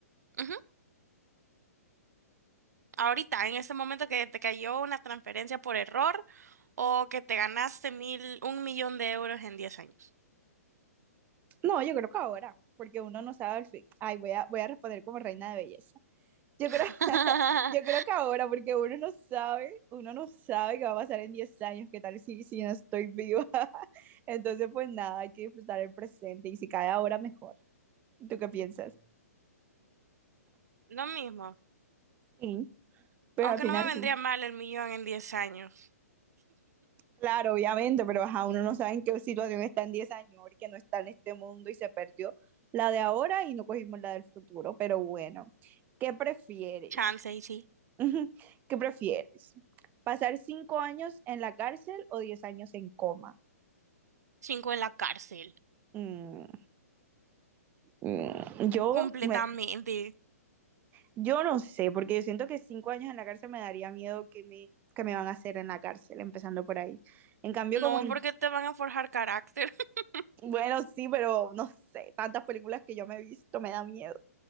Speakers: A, on the right; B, on the right.
A: Ujú, Ahorita, en este momento que te cayó una transferencia por error o que te ganaste mil, un millón de euros en 10 años.
B: No, yo creo que ahora, porque uno no sabe el fin. Ay, voy a, voy a responder como reina de belleza. Yo
A: <laughs>
B: creo, <laughs> yo creo que ahora, porque uno no sabe, uno no sabe qué va a pasar en 10 años, qué tal si, si no estoy viva. <laughs> Entonces, pues nada, hay que disfrutar el presente y si cae ahora, mejor. ¿Tú qué piensas?
A: Lo mismo,
B: Sí. Pues
A: aunque
B: al final,
A: no me vendría
B: sí.
A: mal el millón en 10 años.
B: claro, obviamente, pero ajá, uno no sabe en qué situación está en 10 años, que no está en este mundo y se perdió la de ahora y no cogimos la del futuro. Pero bueno, ¿qué prefieres?
A: Chance y sí.
B: <laughs> Ujú, ¿Qué prefieres? ¿Pasar 5 años en la cárcel o 10 años en coma?
A: Cinco en la cárcel.
B: Mm, mm, yo,
A: Completamente.
B: me, yo no sé, porque yo siento que 5 años en la cárcel me daría miedo que me, que me van a hacer en la cárcel, empezando por ahí. En cambio,
A: No,
B: como en
A: porque te van a forjar carácter. <laughs>
B: Bueno, sí, pero no sé, tantas películas que yo me he visto me da miedo.